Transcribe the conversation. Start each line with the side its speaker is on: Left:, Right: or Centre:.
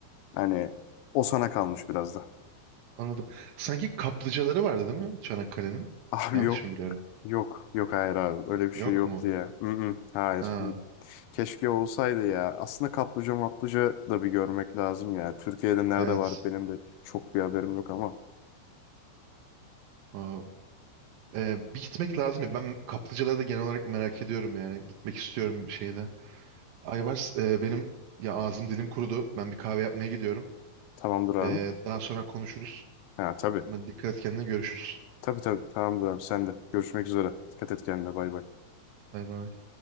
Left: Hani o sana kalmış biraz da.
Right: Anladım. Sanki kaplıcaları vardı değil mi Çanakkale'nin?
Left: <laughs> Abi
Right: Yanlış
Left: yok,
Right: mı biliyorum?
Left: yok, yok hayır abi. Öyle bir
Right: Yok
Left: şey yoktu
Right: mu?
Left: ya. Mm-mm, hayır.
Right: Ha,
Left: Keşke olsaydı ya. Aslında kaplıca maplıca da bir görmek lazım ya. Türkiye'de nerede
Right: evet.
Left: var benim de çok bir haberim yok ama.
Right: O, e, bir gitmek lazım ya. Ben kaplıcaları da genel olarak merak ediyorum yani. Gitmek istiyorum bir şeyde. Aybars, e, benim ya ağzım dilim kurudu. Ben bir kahve yapmaya gidiyorum.
Left: Tamamdır abi.
Right: E, daha sonra konuşuruz.
Left: Ha tabii.
Right: Tamam, dikkat et kendine görüşürüz.
Left: Tabii tabii. Tamamdır abi sen de. Görüşmek üzere. Dikkat et kendine. Bay bay.
Right: Bay bay.